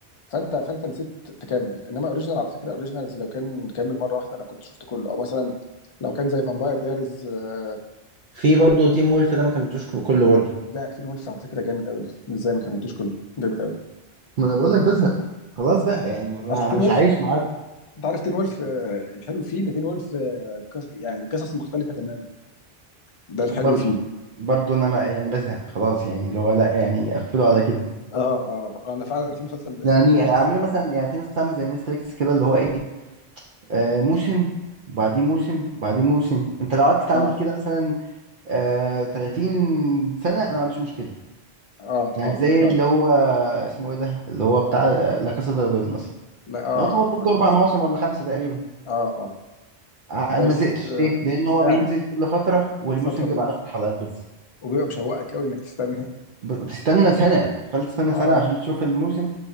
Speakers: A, on the left; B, on the right.
A: فانت فانت نسيت تكمل انما اوريجينال على فكره اوريجينالز لو كان كمل مره واحده انا كنت شفت كله او مثلا لو كان زي فامباير دايريز آه...
B: في برضو تيم وولف ده ما كملتوش كله برضو
A: لا تين وولف على فكره جامد قوي ازاي ما كملتوش كله جامد قوي
B: ما انا بقول لك بزهق خلاص بقى يعني ما
A: اصل تين
B: مش
A: وولف
B: عايش معاكم
A: انت عارف تين وولف
B: يعني
A: آه، الحلو فيه ان تين وولف آه، قص- يعني قصص مختلفه تماما ده الحلو
B: برضو
A: فيه
B: برضو انا ما يعني بزهق خلاص يعني اللي هو لا يعني قفلوا على كده
A: اه اه آه، انا فعلا في مسلسل اسمه
B: يعني اعملوا
A: ذا
B: مثلا يعني في ناس بتعمل زي نتفليكس كده اللي هو ايه آه موسم وبعدين موسم وبعدين موسم انت لو قعدت تعمل
A: اه
B: كده مثلا آه 30 سنة انا ما عنديش مشكلة
A: اه
B: يعني
A: اه
B: زي
A: فعلا
B: اللي هو اسمه ايه ده اللي هو بتاع آه، لا كاسا دي بابيل مثلا
A: لا اه
B: لو يعتبر برضه
A: مانيس
B: اربع مواسم ولا خمسه تقريبا
A: اه اه
B: ع-
A: بس
B: انا ما زهقتش
A: آه
B: ليه؟ لان هو
A: فعلا
B: بينزل كل فترة والموسم
A: كل فتره بي...
B: بيبقى 10 حلقات بس
A: وبيبقى مشوقك قوي انك تستنى
B: بتستنى سنة تخيل
A: <laughs>
B: تستنى
A: اه
B: سنة عشان تشوف الموسم